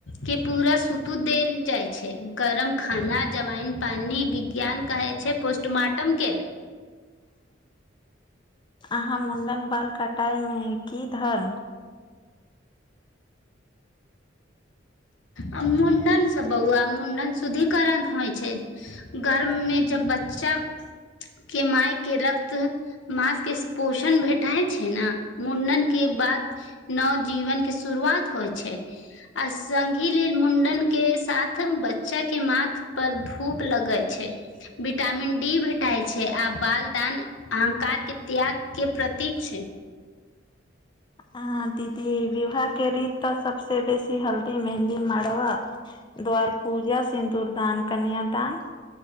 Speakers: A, on the left; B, on the left.
A: के पूरा सूतू देल जाइ छै गरम खाना जमाइन पानि विज्ञान कहै छै पोस्टमार्टम के
B: अहाँ मुण्डन बाल कटाइ में की धर्म
A: आ मुंडनसँ बौआ मुंडन शुद्धिकरण होइ छै गर्भ में जब बच्चा के माय के रक्त मास के पोषण भेटाइ छै ने मुंडन के बाद नव जीवन के शुरुआत होइ छै अस सघी लेल मुंडन के साथ बच्चा के माथ पर धूप लगे छै विटामिन डी भेटाइ छै आ बाल दान अहंकार के त्याग के प्रतीक छै
B: आहा दीदी विवाह के रीत तऽ सबसे बेसी हल्दी मेहन्दी मरवा द्वार पूजा सिन्दुर दान कन्यादान